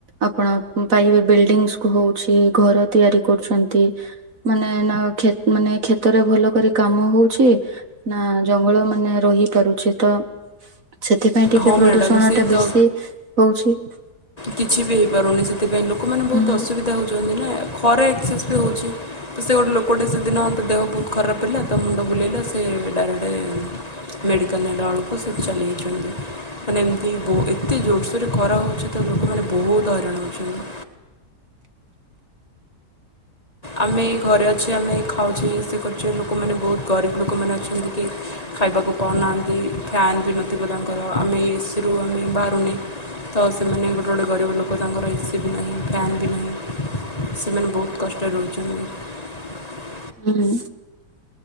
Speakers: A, on the right; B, on the left.
A: ଆପଣ ପାଇବେ ବିଲ୍ଡିଙ୍ଗ କ ହଉଛି ଘର ତିଆରି କରୁଛନ୍ତି। ମାନେ ନା କ୍ଷେ ମାନେ କ୍ଷେତରେ ଭଲ କରି କାମ ହଉଛି ନା ଜଙ୍ଗଲ ମାନେ ରହିପାରୁଛେ ତ ସେଥିପାଇଁ ଟିକେ
B: ହଁ
A: ପ୍ରଦୂଷଣ
B: ମ୍ୟାଡ଼ାମ୍ ସିଏ
A: ଟା
B: ତ
A: ବେଶୀ ହଉଛି। <inaudible>
B: କିଛି ବି ହେଇପାରୁନି ସେଥିପାଇଁ ଲୋକମାନେ ବହୁତ
A: ହୁଁ
B: ଅସୁବିଧା ହଉଛନ୍ତି। ନା ଖରା ଏକ୍ସସେସ୍ ବି ହେଉଛି ତ ସେ ଗୋଟେ ଲୋକଟି ସେଦିନ ତ ଦେହ ବହୁତ ଖରାପ ହୋ ତା ମୁଣ୍ଡ ବୁଲେଇଲା ସେ ଡାଇରେକ୍ଟ
A: ଆଜ୍ଞା
B: ମେଡ଼ିକାଲ ନେଲା ବେଳକୁ ସେ ଚାଲି ମାନେ ଏମିତି ବ ଏତେ ଜୋରସୋରରେ ଖରା ହେଉଛି। ତ ଲୋକମାନେ ବହୁତ ହଇରାଣ ହେଉଛନ୍ତି। ଆମେ ଏ ଘରେ ଅଛ ଆମେ ଖାଉଛେ ଏସି କରୁଛେ ଲୋକମାନେ ବହୁତ ଗରିବ ଲୋକମାନେ ଅଛନ୍ତି। କି ଖାଇବାକୁ ପାଉନାହାନ୍ତି ଫ୍ୟାନ୍ ବି ନଥିବ ତାଙ୍କର ଆମେ ଏସିରୁ ଆମେ ବାହାରୁନେ ତ ସେମାନେ ଗୋଟେ ଗୋଟେ ଗରିବ ଲୋକ ତାଙ୍କର ଏସି ବି ନାହିଁ ଫ୍ୟାନ୍ ବି ନାହିଁ ସେମାନେ ବହୁତ କଷ୍ଟ ରହୁଛନ୍ତି। <inaudible>
A: ହୁଁ